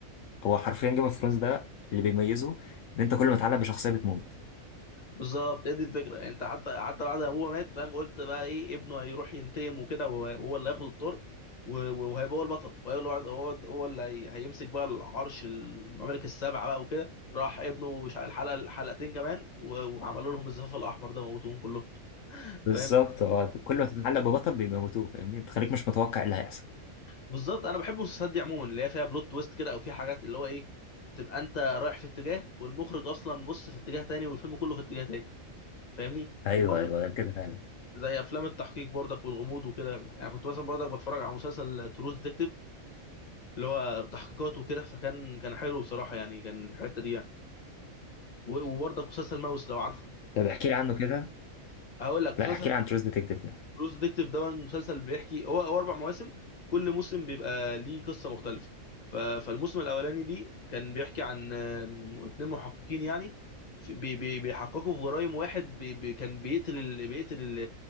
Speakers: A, on the left (about 70°); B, on the left (about 35°).
A: هو حرفيا جيم اوف ثرونز ده اللي بيميزه ان انت كل ما تتعلق بشخصية بتموت
B: بالظبط هي دي الفكره يعني انت حتى حتى بعد ما ابوه مات فاهم قلت بقى ايه ابنه هيروح ينتقم وكده وهو وهو اللي هياخد الطار و- و- وهيبقى هو البطل وهو اللي هو هو هو اللي هي- هيمسك بقى العرش الممالك السبعه بقى وكده راح ابنه مش على الحلقه حلقتين كمان و- وعملوا لهم الزفاف الاحمر ده موتوهم كلهم
A: بالظبط
B: فاهم
A: هو كل ما تتعلق ببطل بيموتوه فاهمني بتخليك مش متوقع ايه اللي هيحصل
B: بالظبط انا بحب المسلسلات دي عموما اللي هي فيها بلوت تويست كده او فيها حاجات اللي هو ايه تبقى انت رايح في اتجاه والمخرج اصلا بص في اتجاه تاني والفيلم كله في اتجاه تاني فاهمني
A: ايوه
B: وبرضه
A: ايوه كده فعلا
B: زي افلام التحقيق برضك والغموض وكده يعني كنت مثلا برضك بتفرج على مسلسل تروز ديكتيف اللي هو تحقيقات وكده فكان كان حلو بصراحه يعني كان الحته دي يعني و- وبرضك مسلسل ماوس لو عارفه
A: طب احكي لي عنه كده
B: هقول لك مسلسل
A: لا احكي لي عن تروز ديتكتيف ده
B: تروز ديكتيف ده مسلسل بيحكي هو هو اربع مواسم كل موسم بيبقى ليه قصه مختلفه ف- فالموسم الاولاني دي كان بيحكي عن آم، اتنين محققين يعني في- بي- بي- بيحققوا في جرائم واحد بي- بي- كان بيقتل ال- بيقتل ال-